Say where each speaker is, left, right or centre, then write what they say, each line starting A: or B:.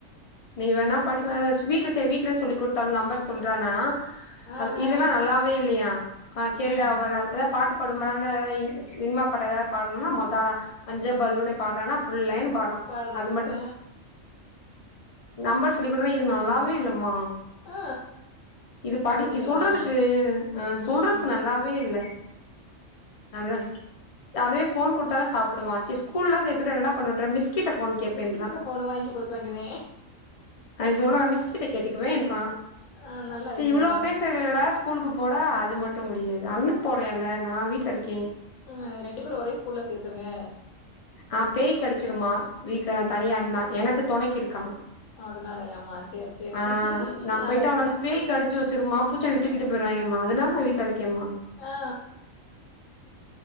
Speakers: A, on the left (about 55°); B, on the left (about 75°).
A: நீங்க வேணா படி வே ஸ் வீட்ல சே வீட்ல சொல்லி குடுத்தாலு நம்பர் சொல்றானா
B: ஆ
A: அது இதெல்லா
B: ஆ
A: நல்லாவே இல்லையா ஆ சேரிடா
B: ம்
A: வர ஏதா பாட்டு படும்படாத இன் சினிமா பட ஏதாவது பாக்னுனா மொத ஆளா மஞ்ச பல்லூன பாடுறானா ஃபுல் லைனு பாடுறா
B: பாடுறது
A: அது
B: அ
A: நம்பர்ஸ் சொல்லிக்குடுத்தன இது நல்லாவே இல்லமா
B: ஆ
A: இது பாட்டிக்கு
B: அப்டி சொல்லிறாய்ங்க
A: சொல்றதுக்கு அ சொல்றதுக்கு
B: ம்
A: நல்லாவே இல்ல நல்ல <unintelligible> அதே ஃபோன் குடுத்தா த சாப்டுவா சே ஸ்கூல்ல சேத்துட்டா என்னடா பண்ணுவேன்ற மிஸ்கிட்ட ஃபோன் கேப்பேன்றா
B: மிஸ்ஸு கிட்ட ஃபோன் வாங்கி குடுக்க வேண்டிதே
A: அவ சொல்றா மிஸ் கிட்ட கேட்டுக்குவேன்றா
B: ஆ நல்ல
A: சரி
B: ஐடியாதா
A: இவ்ளோ பேச றலடா ஸ்கூலுக்கு போடா அது மட்டு முடியாது அண்ண போற்யல நா வீட்ல இருக்கே
B: அ ரெண்டு பேரு ஒரே ஸ்கூல்ல சேத்துருங்க
A: ஆ பேய் கடிச்சிருமா வீட்ல நா தனியா இருந்தா எனக்கு தொணைக்கு இருக்கானா
B: அதனாலயமா சேர் சேரி
A: ஆ நா
B: நல்லதுதே
A: போயிட்டா அவனை வந்து பேய் கடிச்சி வச்சிரும்மா பூச்சாண்டி தூக்கிட்டு போயிறுவாய்ங்கம்மா அதுதாமா வீட்ல இருக்கேம்மா
B: ஆ